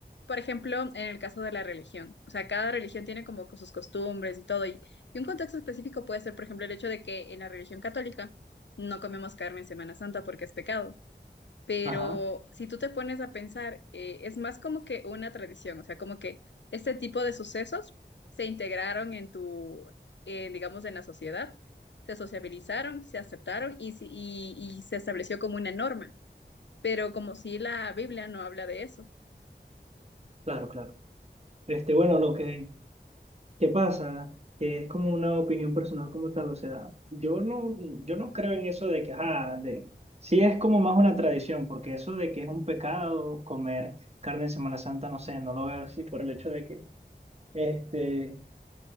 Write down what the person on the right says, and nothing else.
Ajá,
claro, claro. Este, bueno, lo que, que pasa, que es como una opinión personal como tal, o sea, yo no, yo no creo en eso de que, ajá, de, sí es como más una tradición, porque eso de que es un pecado comer carne en Semana Santa, no sé, no lo veo así por el hecho de que, este...